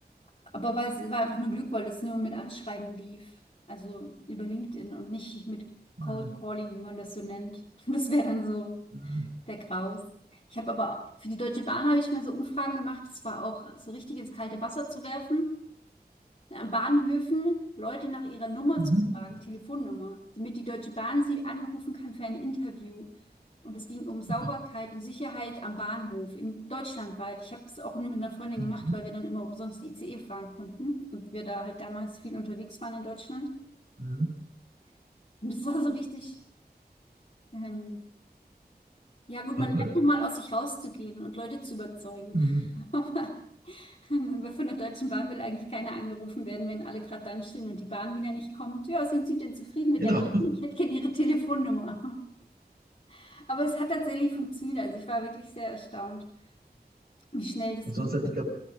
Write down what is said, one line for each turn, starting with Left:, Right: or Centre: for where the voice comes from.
Left: Aber weil es war einfach nur Glück, weil das nur mit Anschreiben lief. Also über LinkedIn und nicht mit
Right: Mhm.
Left: Cold Calling, wie man das so nennt. <laughs> Das wäre dann so
Right: Mhm.
Left: der Graus. Ich habe aber für die Deutsche Bahn habe ich mal so Umfragen gemacht. Das war auch so richtig ins kalte Wasser zu werfen an Bahnhöfen Leute nach ihrer Nummer
Right: Mhm.
Left: zu fragen, Telefonnummer, damit die Deutsche Bahn sie anrufen kann für ein Interview. Und es ging um Sauberkeit
Right: Ja.
Left: und Sicherheit am Bahnhof in deutschlandweit. Ich habe es auch nur mit einer Freundin
Right: Mhm.
Left: gemacht, weil wir dann immer umsonst ICE fahren konnten und wir da halt damals viel unterwegs waren in Deutschland.
Right: Mhm.
Left: Und das war so richtig, ähm, ja gut,
Right: Aber
Left: man lernt doch mal aus sich rauszugehen und Leute zu überzeugen.
Right: mhm.
Left: <laughs> <laughs> Aber Von der Deutschen Bahn will eigentlich keiner angerufen werden, wenn alle gerade dann stehen und die Bahn wieder nicht kommt. Ja, sind Sie denn zufrieden mit
Right: genau,
Left: der Bahn? Ich hätte gerne Ihre Telefonnummer. <laughs> Aber es hat tatsächlich funktioniert. Also ich war wirklich sehr erstaunt, wie schnell das
Right: Und sonst
Left: ging.
Right: hätte
Left: Also,
Right: ich gehabt,